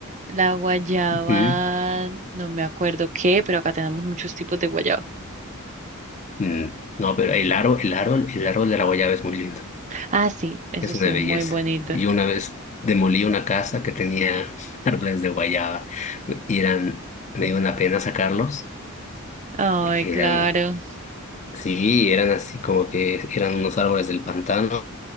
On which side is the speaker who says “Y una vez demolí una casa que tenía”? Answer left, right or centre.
Left